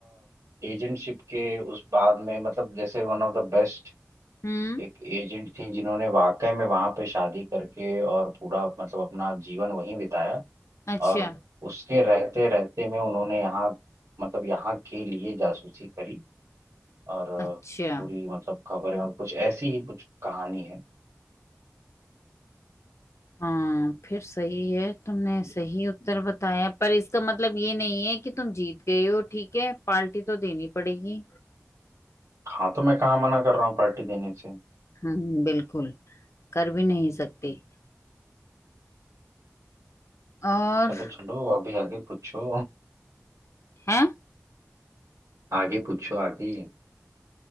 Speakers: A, on the right; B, on the left.
A: एजेंटशिप के उस बाद में मतलब जैसे वन ऑफ द बेस्ट
B: हम्म
A: एक एजेंट थी जिन्होंने वाकई में वहां पे शादी करके और पूरा मतलब अपना जीवन वहीं बिताया
B: अच्छा
A: और उसके रहते रहते में उन्होंने यहाँ मतलब यहाँ के लिए जासूसी करी और अ,
B: अच्छा
A: पूरी मतलब खबर है कुछ ऐसी ही कुछ कहानी है
B: हाँ फिर सही है तुमने सही उत्तर बताया पर इसका मतलब ये नहीं है कि तुम जीत गए हो ठीक है पार्टी तो देनी पड़ेगी
A: हाँ तो मैं कहाँ मना कर रहा हूँ पार्टी देने से
B: हम्म बिल्कुल कर भी नहीं सकते और
A: चलो चलो अभी आगे पूछो
B: है
A: आगे पूछो आगे